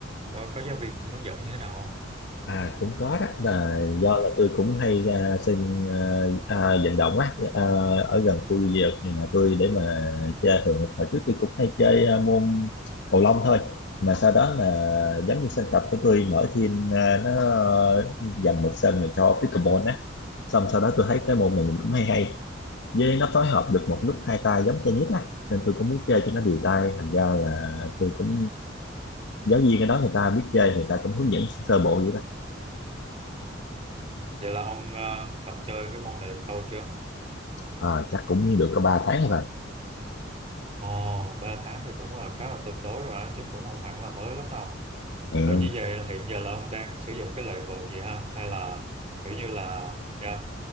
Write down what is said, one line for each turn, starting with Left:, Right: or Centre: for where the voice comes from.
Right: có, có giáo viên hướng dẫn như thế nào không
Left: À cũng có đó là do là tôi cũng hay ra sân à, à, vận động á à, ở gần khu vực nhà tôi để mà chơi thường là hồi trước tôi cũng hay chơi à, môn cầu lông thôi mà sau đó là giống như sân tập của tôi mở thêm à, nó dành một sân này cho pickleball á xong sau đó tôi thấy cái môn này nhìn cũng hay hay với nó phối hợp được một lúc hai tay giống tennis á nên tôi cũng muốn chơi cho nó đều tay thành ra là tôi cũng giáo viên ở đó người ta biết chơi người ta cũng hướng dẫn sơ bộ
Right: vậy là ông ờ, tập chơi cái môn này được lâu chưa
Left: Ờ, chắc cũng được có 3 tháng rồi
Right: ồ ba tháng thì cũng là khá là tương đối rồi đó chứ cũng không hẳn là mới lắm đâu
Left: ừ.
Right: và như vậy là hiện giờ là ông đang sử dụng cái loại vợt gì ha hay là kiểu như là dạ